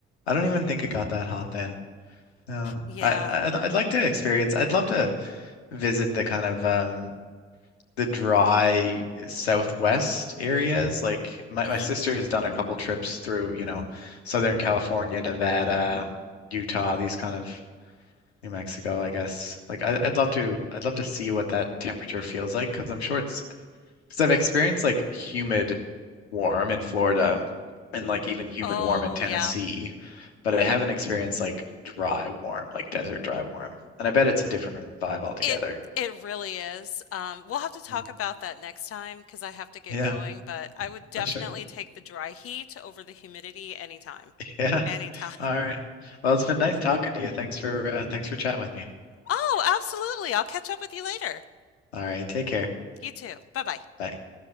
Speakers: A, on the left; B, on the left.
A: I don't even think it got that hot then. No,
B: Yeah.
A: I, I I'd, I'd like to experience. I'd love to visit the kind of um the dry southwest areas. Like my, my
B: hmm
A: sister has done a couple trips through, you know, Southern California, Nevada, Utah, these kind of New Mexico, I guess. Like I, I'd love to, I'd love to see what that temperature feels like because I'm sure it's because I've experienced like humid warm in Florida and like even humid
B: Oh,
A: warm in Tennessee,
B: yeah.
A: but I haven't experienced like dry warm, like desert dry warm. And I bet it's a different vibe altogether.
B: It it really is. Um, we'll have to talk
A: Mm.
B: about that next time because I have to get
A: Yeah,
B: going, but I would definitely
A: I'm sure.
B: take the dry heat over the humidity anytime.
A: Yeah.
B: Anytime.
A: All right.
B: <laughs>
A: Well, it's been nice talking to you. Thanks for uh, thanks for chatting with me.
B: Oh, absolutely. I'll catch up with you later.
A: All right. Take care.
B: You too. Bye bye.
A: Bye.